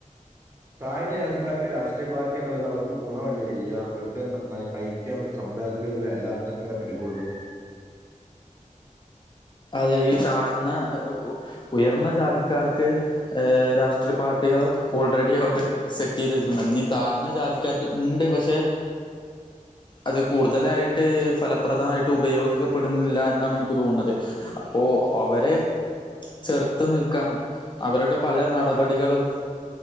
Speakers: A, on the right (about 20°); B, on the left (about 35°).
A: താഴ്ന്ന ജാതിക്കാർക്ക് രാഷ്ട്രീയ പാർട്ടി എന്നുള്ളത് അവർക്ക് ഗുണമല്ല ചെയ്യ അവർക്ക് ഐക്യം ഒരു സമുദായ അല്ല ഒരു വെല അതൊക്കെല്ലെ നൽകെള്ളൂ
B: അതെ ഈ താഴ്ന്ന ഉയർന്ന ജാതിക്കാർക്ക് ഹ് രാഷ്ട്രീയ പാർട്ടി കുട്ടികൾ ഓൾറെഡി അവർ സെറ്റ്ചെയ്ത് വെച്ചിട്ടുണ്ട് ഈ താഴ്ന്ന ജാതിക്കാർക്ക് ഉണ്ട് പക്ഷെ അത് കൂടുതലായിട്ട് ഫലപ്രദമായിട്ട് ഉപയോഗിക്കപ്പെടുന്നില്ല എന്നാണ് എനിക്ക് തോന്നുന്നത് അപ്പോ അവരെ ചെറുത്ത് നിൽക്കാനും അവരുടെ പല നടപടികളും